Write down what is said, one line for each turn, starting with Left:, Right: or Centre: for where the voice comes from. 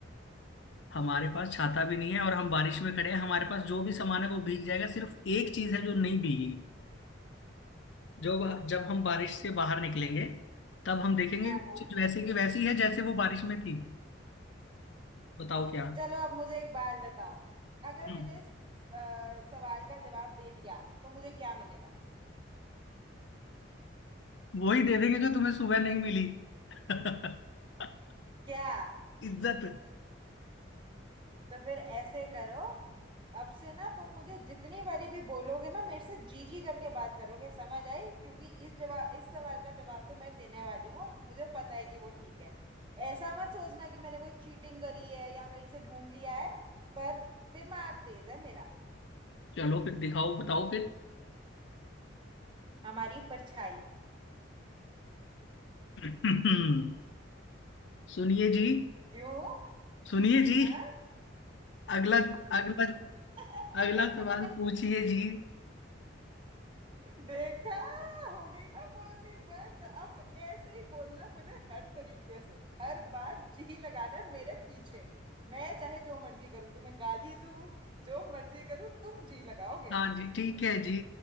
Left: हमारे पास छाता भी नहीं है और हम बारिश में खड़े हैं हमारे पास जो भी सामान है वो भीग जाएगा सिर्फ एक चीज है जो नहीं भीगेगी जो जब हम बारिश से बाहर निकलेंगे तब हम देखेंगे
Right: हाँ
Left: कि वो चीज वैसे की वैसी है जैसे वो बारिश में थी बताओ क्या
Right: चलो अब मुझे एक बात बताओ अगर
Left: हम्म
Right: मैंने इस अ, सवाल का जवाब दे दिया तो मुझे क्या मिलेगा
Left: <laughs> वही दे देंगे जो तुम्हें सुबह नहीं मिली <laughs>
Right: क्या
Left: इज्जत
Right: तो फिर ऐसे करो अब से ना तुम मुझे जितनी बारी भी बोलोगे ना मेरे से जी जी करके बात करोगे समझ आई क्योंकि इस जवाब इस सवाल का जवाब तो मैं देने वाली हूँ और मुझे पता है कि वो ठीक है ऐसा मत सोचना कि मैंने कोई चीटिंग करी है या कहीं से ढूंढ लिया है पर दिमाग तेज है मेरा
Left: चलो फिर दिखाओ बताओ
Right: हमारी परछाई
Left: फिर <clears throat> सुनिए जी
Right: क्यों
Left: सुनिए जी
Right: हाँ
Left: अगला अगला
Right: <laughs>
Left: अगला सवाल पूछिए जी
Right: देखा हो गई ना बोलती बंद अब ऐसे ही बोलना मुझे हर तरीके से हर बार जी लगाना है मेरे पीछे मैं चाहे जो मर्जी करूं तुम्हें गाली दूं जो मर्जी करूं तुम जी लगाओगे
Left: हाँ जी ठीक है जी